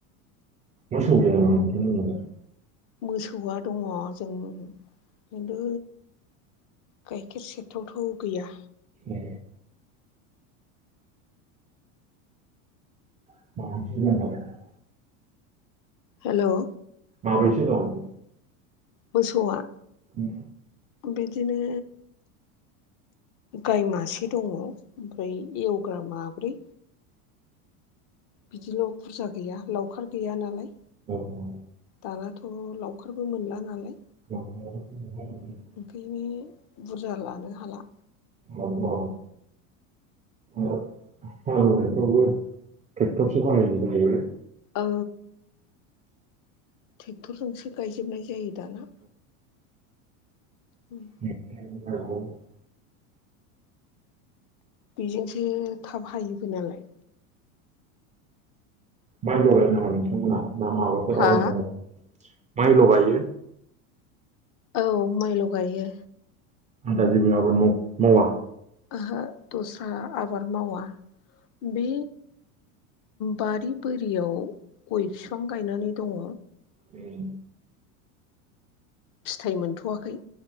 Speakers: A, on the right; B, on the left.
A: मोसौ गैया नामा <unintelligible>
B: मोसौआ दङ जों खिन्थु गाइखेर सेरथावथाव गैया।
A: ए। म
B: हेल'
A: माबैसे दं
B: मोसौआ
A: उम
B: बिदिनो गाइ मासे दङ ओमफ्राय एवग्रा माब्रै बिदिल' बुरजा गैया लावखार गैया नालाय।
A: औ औ।
B: दानाथ' लावखारबो मोनला नालाय।
A: <unintelligible>
B: ओंखायनो बुरजा लानो हाला।
A: अ अ। हालौनायफोरावबो तेकठर सो बाहाय जोबो
B: औ ट्रेक्टरजोंसो गायजोबनाय जायो दाना उम
A: औ
B: बेजोंसो थाब हायोबो नालाय
A: माइ लगाय नङा नोंथांमोना ना माबाफोर
B: हा
A: आबाद माव माइ लगायो
B: औ माइल' गायो
A: आलदा जेबो आबाद माव मावा
B: ओहो दस्रा आबाद मावा बे बारि बोरियाव गय बिफां गायनानै दङ
A: उम
B: फिथाइ मोनथ'आखै